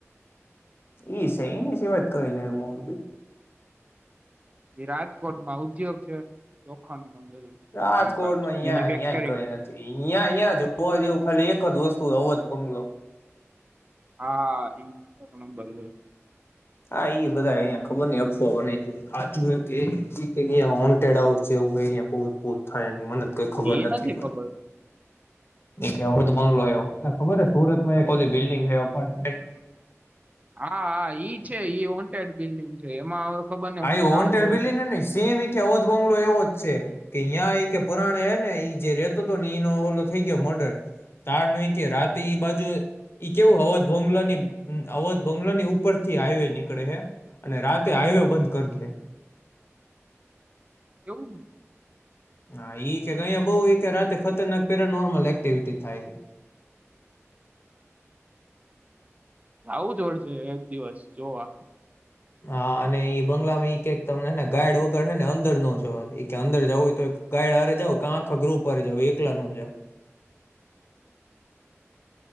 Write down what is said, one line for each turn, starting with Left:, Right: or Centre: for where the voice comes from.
Left: <unintelligible>
Right: એ રાજકોટમાં ઉદ્યોગ છે. લોખંડ નું બધું
Left: રાજકોટમાં
Right: કામકાજ મેન્યુફેક્ચરિંગ
Left: અં અહં કઈ નથી. અ્યાં અહં જોવા જેવું ખાલી એક જ વસ્તુ રોત બંગલો.
Right: હા એ નંબર હો.
Left: હા બધા અહંયા ખબર ન અફવા બને છે. કચુંડ આઉવુંયાતપૂત થાય. મને કઈ ખબર
Right: એ
Left: નથી પણ.
Right: ખબર
Left: કે વધ બંગલો આવ એ ખબર હ સુરતમાં એક ઓલી બિલ્ડિંગ છે અપાર્ટમેન્ટ.
Right: હા હા ઈ છે ઈ વોન્ટેડ બિલ્ડીિંગ છે એમાં ખબર ને
Left: આા
Right: હું રાહ
Left: હન્ટએડ
Right: જોઈ
Left: બિલ્ડિંગ ન સેમ ભૂત બંગલો એવો જ છે. કે યાં એ કે પરાણે હે ને એઈ જે રેતો હતો ને એનો ઓવલો થઈ ગયો મર્ડર તાર ન કે રાતે બાજુ ઈ કેવું અવધ બંગલાની અવધ બંગલા ની ઉપર થી હાઈવે નીકળે છે અને રાતે હાઈવે બંધ કર દે.
Right: કેવું?
Left: હા એ કે અહયા બહુ એ રાતે ખતરનાક પેરા નર્મલ એક્ટિવિટી થાય
Right: આવું જોડશે એક દિવસ જોવા.
Left: હા અને એ બંગલામાં તમનેને ગાઈડ વગર છે ને અંદર ન જવા. કે અંદર જવું હોય તો ગાઈડ હરે જાવ કે આખા ગ્રુપ હરે જવું એકલા ન જાવ.